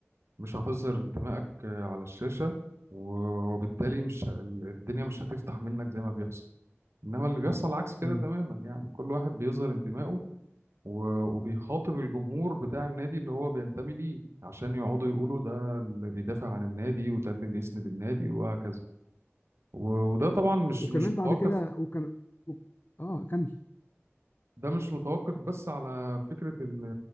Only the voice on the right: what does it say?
مش هتظهر انتمائك آه، على الشاشه و- وبالتالي مش ه- الدنيا مش هتفتح منك زي ما بيحصل انما اللي بيحصل عكس كده
تماما يعني كل واحد بيظهر انتمائه و- وبيخاطب الجمهور بتاع النادي اللي هو بينتمي ليه عشان يقعدوا يقولوا ده اللي بيدافع عن النادي وده اللي بيسند النادي وهكذا و- وده طبعا مش
مش
متوقف
ده مش متوقف بس على فكرة إن